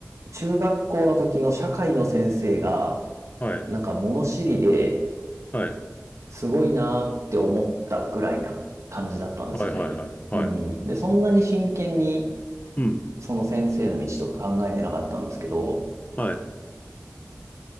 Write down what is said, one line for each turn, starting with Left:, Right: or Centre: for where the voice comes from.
Right: 中学校の時の社会の先生が、
Left: はい。
Right: なんか物知りで
Left: はい。
Right: すごいなーって思ったぐらいな感じだったんですよね。
Left: はいはいはい。
Right: うん。
Left: はい。
Right: で、そんなに真剣に
Left: うん。
Right: その先生の道とか考えてなかったんですけど、
Left: はい。